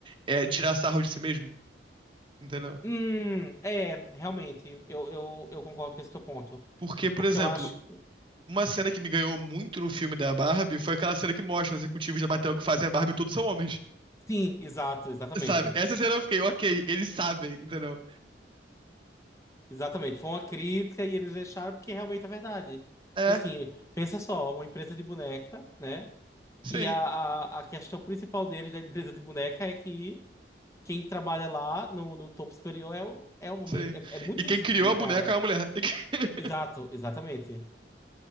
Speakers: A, on the right; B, on the left.
A: é tirar sarro de si mesmo, entendeu?
B: Hum, é, realmente, eu, eu, eu concordo com esse teu ponto.
A: Porque, por
B: Porque
A: exemplo,
B: eu acho
A: uma cena que me ganhou muito no filme da Barbie foi aquela cena que mostra os executivos da Mattel que fazem a Barbie e todos são homens.
B: Sim, exato, exatamente.
A: Sabe? Essa cena eu fiquei, ok, eles sabem, entendeu?
B: Exatamente. Foi uma crítica e eles deixaram porque realmente é verdade.
A: É,
B: Tipo assim, pensa só, uma empresa de boneca, né?
A: sim,
B: E a, a, a questão principal deles da empresa de boneca é que quem trabalha lá no, no topo superior é o, é o homem.
A: sim.
B: É, é muito
A: E
B: sem
A: quem
B: sentido,
A: criou a
B: cara.
A: boneca é a mulher. E que- <laughs>
B: Exato, exatamente.